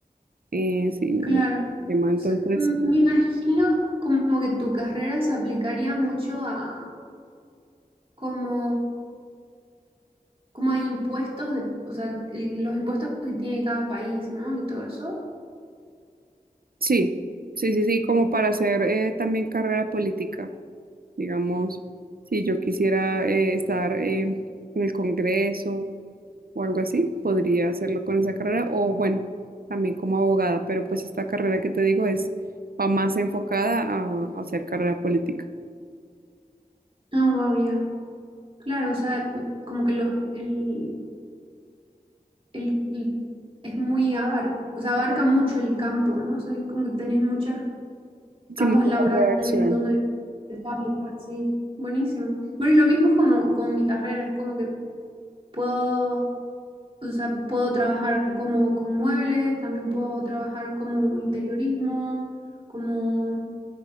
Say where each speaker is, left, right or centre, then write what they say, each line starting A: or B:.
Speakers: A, on the right; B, on the right.
A: Eh, sí, no
B: Claro.
A: me gusta
B: O
A: el tema, entonces...
B: sea, m- me imagino como que tu carrera se aplicaría mucho a como, como a impuestos de, o sea, el- los impuestos que tiene cada país, ¿no? Y todo eso.
A: Sí, sí, sí, sí, como para hacer eh, también carrera política, digamos, si yo quisiera eh, estar eh, en el Congreso o algo así, podría hacerlo con esa carrera o bueno, también como abogada, pero pues esta carrera que te digo es va más enfocada a, a hacer carrera política,
B: Ah, wow, ya. Claro, o sea, mm, como que los, el, el- el- es muy abar, o sea, abarca mucho el campo, ¿no? O sea, es como que tenés muchos campos
A: sin mucho
B: laborales
A: campo de acción.
B: donde te puedes aplicar, sí, buenísimo. Bueno, y lo mismo es como con mi carrera, es como que puedo, o sea, puedo trabajar como con muebles, también puedo trabajar como interiorismo, como